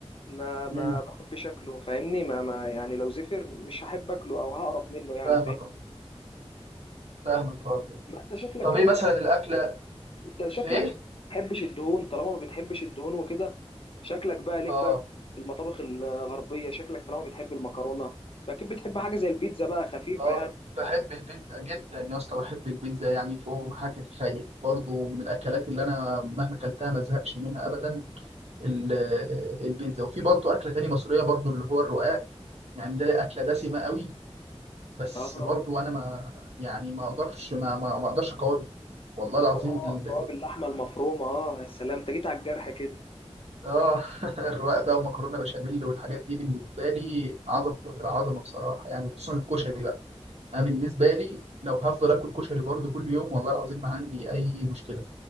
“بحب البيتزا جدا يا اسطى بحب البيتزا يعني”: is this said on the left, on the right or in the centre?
Right